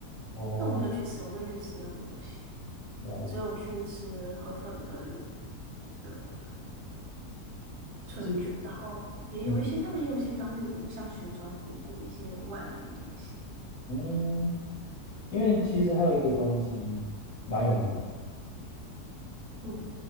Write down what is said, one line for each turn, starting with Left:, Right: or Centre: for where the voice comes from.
Left: 哦，
Right: 但我没有去吃，我没有去吃那个东西，
Left: 了解。
Right: 我只有去吃河粉跟那个
Left: 其实
Right: 春卷，然后也有一些他们也有一些当地什么像旋转火锅一些外来的东西，
Left: 嗯嗯，因为其实还有一个东西蛮有名的
Right: 嗯。